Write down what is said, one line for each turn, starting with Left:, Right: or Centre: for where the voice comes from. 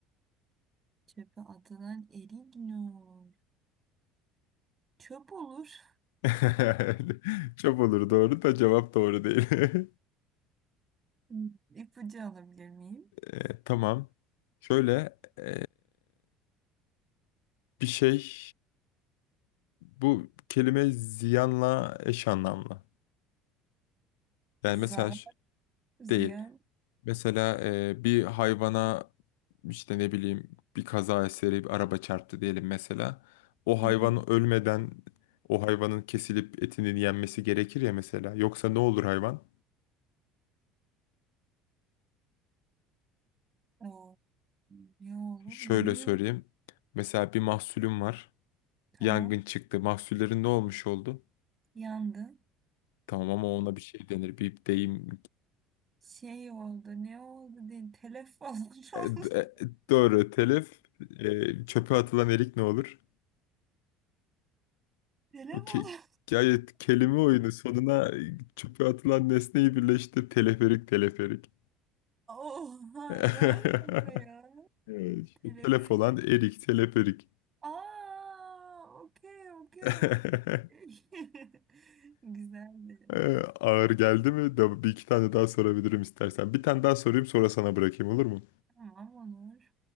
Right: Çöpe atılan erik ne olur? Çöp olur.
Left: <laughs> Çöp olur doğru da cevap doğru değil. <laughs>
Right: Hmm, İpucu alabilir miyim?
Left: Ee, tamam. Şöyle e, bir şey bu kelime ziyanla eş anlamlı. Yani mesaj
Right: Zarar Ziya.
Left: değil. Mesela e, bir hayvana işte ne bileyim bir kaza eseri bir araba çarptı diyelim mesela. O
Right: Hı
Left: hayvan
Right: hı.
Left: ölmeden o hayvanın kesilip etinin yenmesi gerekir ya mesela. Yoksa ne olur hayvan?
Right: O, ne olur
Left: Şöyle
Right: bilmiyorum.
Left: söyleyeyim. Mesela bir mahsulüm var.
Right: Tamam.
Left: Yangın çıktı. Mahsullerin ne olmuş oldu?
Right: Yandı.
Left: Tamam ama ona bir şey denir. Bir deyim.
Right: Şey oldu. Ne oldu? De, telef falan <laughs> oldu.
Left: E, d- e, doğru telif. E, çöpe atılan erik ne olur?
Right: Telef
Left: Bu ke
Right: oldu.
Left: gayet kelime oyunu. Sonuna çöpe atılan nesneyi birleştir. Teleferik teleferik.
Right: Oha
Left: <laughs>
Right: ne alaka ya?
Left: Evet, işte
Right: Teleferik.
Left: telef olan erik teleferik.
Right: Aa, okey okey
Left: <laughs>
Right: okey. <laughs> Güzeldi.
Left: Ee, Ağır geldi mi? Da bir iki tane daha sorabilirim istersen. Bir tane daha sorayım sonra sana bırakayım olur mu?
Right: Tamam Onur.